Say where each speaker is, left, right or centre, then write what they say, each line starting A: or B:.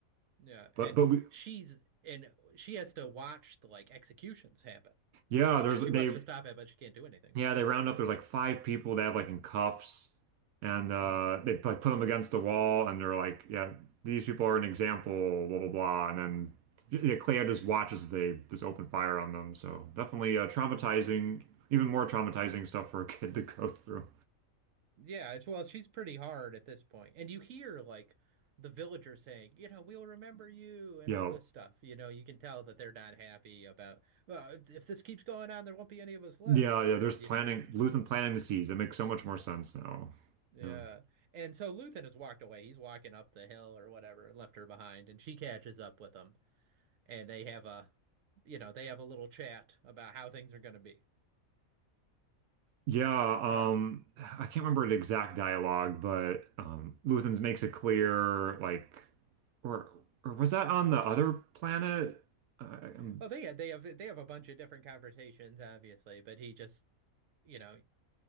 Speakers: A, on the right; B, on the right.
A: Yeah,
B: But
A: and
B: but we,
A: she's and she has to watch the like executions happen
B: yeah,
A: because
B: there's
A: she
B: they
A: wants to stop it, but she can't do anything.
B: yeah they round up there's like five people they have like in cuffs, and uh,
A: Mm.
B: they like put them against the wall, and they're like yeah these people are an example blah blah blah, and then
A: Mm.
B: yeah, yeah, Claire just watches as they just open fire on them. So definitely uh, traumatizing,
A: Yeah,
B: even more traumatizing stuff for a kid to go through.
A: Yeah, it's well, she's pretty hard at this point. And you hear like the villagers saying, you know, we'll remember you and
B: Yeah.
A: all this stuff. You know, you can tell that they're not happy about, well, if, if this keeps going on, there won't be any of us left,
B: Yeah, yeah. There's
A: you
B: planting
A: know.
B: Luthen planting the seeds. That makes so much more sense now.
A: Yeah.
B: Yeah.
A: And so Luthen has walked away. He's walking up the hill or whatever and left her behind, and she catches up with him. and they have a you know they have a little chat about how things are going to be
B: Yeah,
A: uh
B: um, I can't remember the exact dialogue, but um Luthen's makes it clear, like or or was that on the other planet? Uh, I'm
A: well they they have they have a bunch of different conversations obviously but he just you know